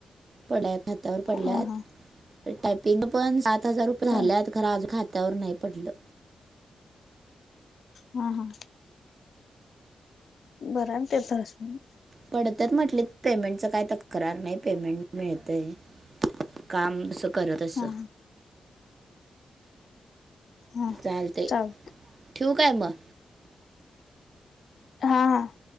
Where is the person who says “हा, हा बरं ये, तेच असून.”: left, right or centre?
Left